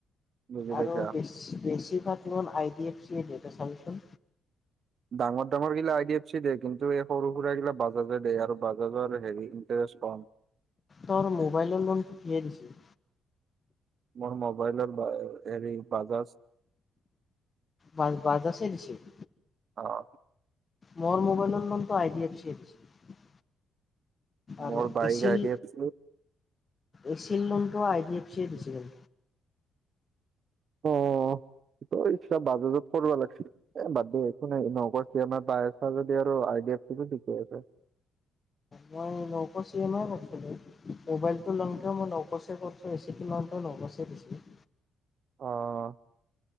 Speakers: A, on the right (about 55°); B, on the left (about 35°).
A: বুজি
B: আৰু
A: পাইছা।
B: বিছ- বেছিভাগ লোন আই ডি এফ চিৰ দিয়ে তয় চাবিচোন।
A: ডাঙৰ ডাঙৰ গিলা আই ডি এফ চি দেই কিন্তু এই সৰু সুৰা গিলা বাজাজে দেই আৰু বাজাজৰ হেৰি ইণ্টাৰেষ্ট কম।
B: তৰ মোবাইলৰ লোনটো কিহে দিছিল।
A: মোৰ মোবাইলৰ হেৰি বাজাজ-
B: বাৰ বাজাছে দিছিল।
A: অঁ।
B: মোৰ মোবাইলৰ লোনটো আই ডি এফ চিয়ে দিছিল। আৰু
A: মোৰ বাইক
B: এইছিল-
A: আই ডি এফ চি।
B: এচিৰ লোনটো আই ডি এফ চিয়ে দিছিলে।
A: অঁ তোৰ ইচ্ছা বাজাজত কৰিব লাগিছিল। এ বাদ দে একো নাই নগৰ চি এম পাইছ যদি আৰু আই ডি এফ চি কো দি থৈ আছে।
B: মই নকৰ চি এম আই কৈছিলোঁ। মোবাইলটো লওঁতে মই নকচেপত এ চিটো লওঁতে নকচে দিছিল।
A: অৱ।